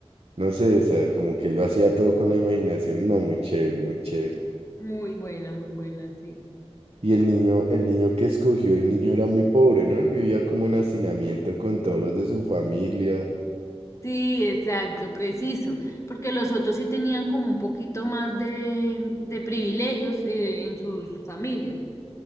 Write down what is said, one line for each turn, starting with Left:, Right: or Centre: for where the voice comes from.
Right: No sé, o sea, como que lo hacía todo con la imaginación. No, muy chévere, muy chévere.
Left: muy buena, muy buena, sí.
Right: Y el niño, el niño que escogió, el niño era muy pobre, ¿no? Él vivía como en hacinamiento con todos los de su familia.
Left: Sí, exacto, preciso, porque los otros sí tenían como un poquito más de, de privilegios eh, en sus familias.